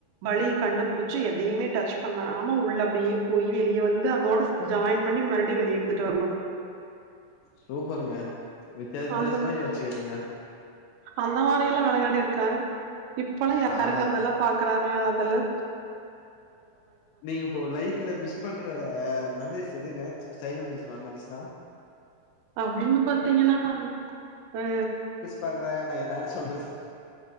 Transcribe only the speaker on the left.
சூப்பர்ங்க வித்தியாச வித்தியாசமா
யோச்சுக்குறீங்க
நாலா
நீங்க இப்போ லைஃப்ல மிஸ் பண்ற மெமரிஸ் எதுங்க சைல்வுட்டூஸ் மெமரிஸ்ன்னா
பண்றே நா என்னானு சொல்றது